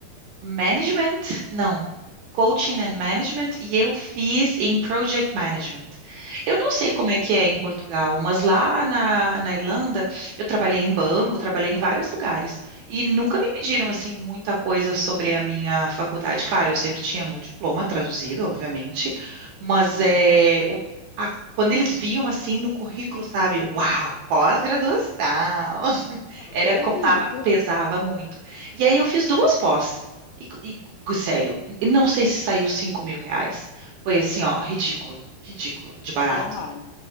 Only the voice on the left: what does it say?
Olha,
sim,
acredito.
E online.